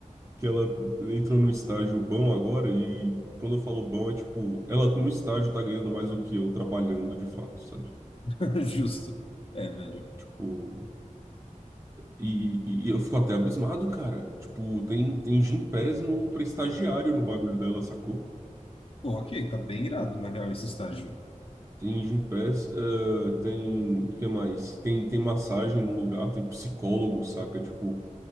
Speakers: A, on the right; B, on the left.
A: Que ela entrou num estágio bom agora, e quando eu falo bom, é tipo, ela no estágio tá ganhando mais do que eu trabalhando de fato, sabe?
B: <laughs> Justo. É, velho.
A: Tipo, e, e- e eu fico até abismado, cara. Tipo, tem, tem Gympass no, pra estagiário no bagulho dela, sacou?
B: Pô, ok, tá bem irado, na real, esse estágio.
A: Tem Gympass, eh, tem. O que mais? Tem, tem massagem no lugar, tem psicólogo, saca? Tipo.